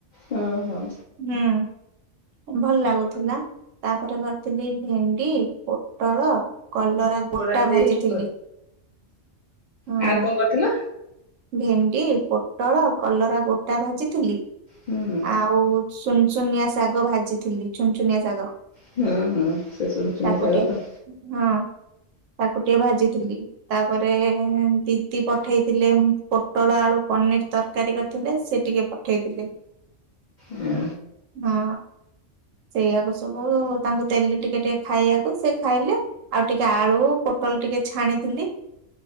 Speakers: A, on the left; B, on the right.
A: ହଁ ହଁ।
B: ହୁଁ ଭଲ ଲାଗୁଥିଲା। ତାପରେ କରିଥିଲି ଭେଣ୍ଡି, ପୋଟଳ, କଲରା
A: <unintelligible>
B: ଗୋଟା ଭାଜିଥିଲି ହଁ।
A: ଆଉ କଣ କରୁଥିଲ?
B: ଭେଣ୍ଡି, ପୋଟଳ, କଲରା ଗୋଟା ଭାଜିଥିଲି।
A: ହୁଁ।
B: ଆଉ ସୁନ୍ ସୁନିଆ ଶାଗ ଭାଜିଥିଲି ଛୁନ୍ ଛୁନିଆ ଶାଗ।
A: ହୁଁ ହୁଁ। ସେ ସୁନ୍ ସୁନିଆ
B: ତାକୁ
A: ଶାଗ
B: ଟିକେ
A: ତ
B: ହଁ। ତାକୁ ଟିକେ ଭାଜିଥିଲି। ତାପରେ ଦିଦି ପଠେଇଥିଲେ ପୋଟଳ ଆଳୁ ପନିର ତରକାରୀ କରିଥିଲେ। ସେ ଟିକେ ପଠେଇଥିଲେ
A: ହଁ
B: ହଁ। ସେଇଆକୁ ସବୁ ତାଙ୍କୁ ଦେଲି ଟିକେ ଟିକେ ଖାଇବାକୁ। ସେ ଖାଇଲେ। ଆଉ ଟିକେ ଆଳୁ ପୋଟଳ ଟିକେ ଛାଣିଥିଲି।